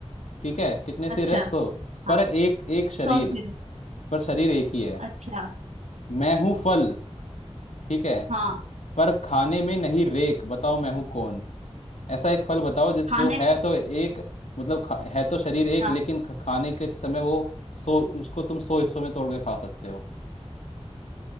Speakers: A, on the left (about 80°); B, on the right (about 85°).
A: ठीक है कितने सिर
B: अच्छा
A: है सौ पर
B: हाँ
A: एक एक शरीर
B: सौ सिर
A: पर शरीर एक ही है
B: अच्छा
A: मैं हूं फल ठीक है
B: हाँ
A: पर खाने में नहीं रेक बताओ मैं हूं कौन ऐसा एक फल बताओ जिस
B: खाने
A: जो है तो एक मतलब खा, है तो शरीर एक
B: हाँ
A: लेकिन ख- खाने के समय वो सो उसको तुम सौ हिस्सों में तोड़ के खा सकते हो